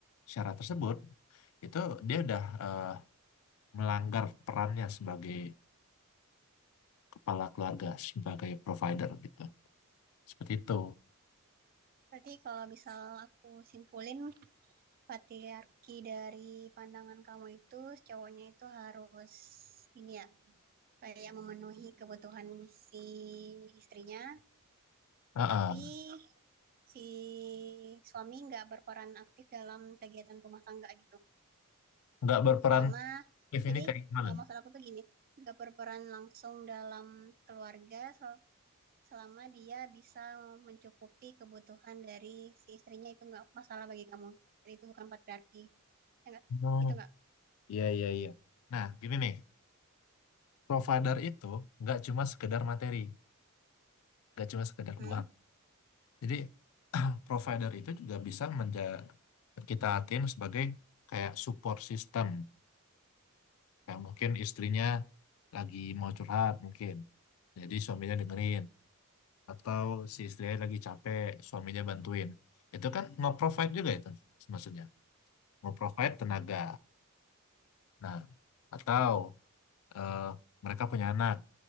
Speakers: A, on the left (about 65°); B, on the right (about 40°).
A: syarat tersebut, itu dia udah eh, melanggar perannya sebagai kepala keluarga sebagai provider gitu. Seperti itu.
B: Berarti kalau misal aku simpulin patriarki dari pandangan kamu itu cowoknya itu harus ini ya kayak memenuhi kebutuhan si istrinya,
A: Heeh.
B: tapi si suami nggak berperan aktif dalam kegiatan rumah tangga gitu.
A: Nggak berperan
B: Selama
A: aktif
B: jadi
A: ini kayak gimana
B: kalau
A: nih?
B: maksud aku tuh gini, nggak berperan langsung dalam keluarga, sel- selama dia bisa mencukupi kebutuhan dari si istrinya itu nggak masalah bagi kamu. Jadi itu bukan patriarki. Ya nggak?
A: oh
B: Gitu nggak?
A: Iya, iya, iya. Nah, gini nih, provider itu nggak cuma sekedar materi, nggak cuma sekedar
B: Hmm?
A: uang. Jadi, <clears throat> provider itu juga bisa menja kita hatiin sebagai kayak support system. Kayak mungkin istrinya lagi mau curhat mungkin. Jadi suaminya dengerin. atau si istrinya lagi capek suaminya bantuin itu kan nge-provide juga itu maksudnya nge-provide tenaga nah atau eh, mereka punya anak